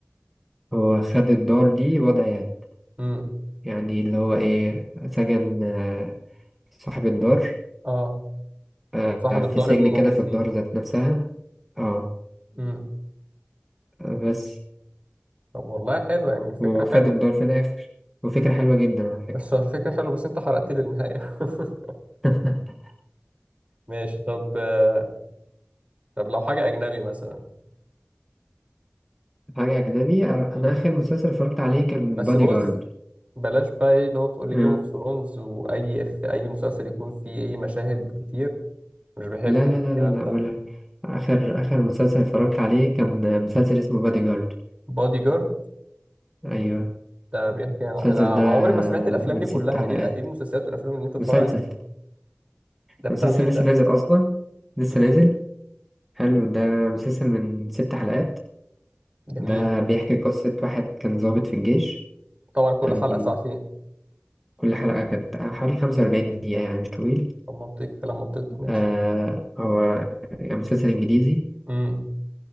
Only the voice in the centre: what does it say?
هو خد الدار دي وضع يد
يعني اللي هو إيه سجن آه، صاحب الدار
آه،
في سجن
كده في
الدار ذات نفسها اه
بس
وخد
الدار في الآخر وفكرة حلوة جدا
على فكرة
<laughs>
حاجة أجنبي أنا
آخر مسلسل اتفرجت عليه كان
بادي
جارد
مم.
لا
لا لا لا لا
ولا آخر آخر مسلسل اتفرجت عليه كان مسلسل اسمه بادي جارد
أيوه
المسلسل
ده
من
ست
حلقات
مسلسل
المسلسل
لسه
نازل أصلا لسه
نازل حلو ده مسلسل من ست حلقات
ده بيحكي قصة واحد كان ضابط في الجيش
أم،
كل حلقة كانت حوالي خمسة وأربعين دقيقة يعني مش طويل
آه هو مسلسل إنجليزي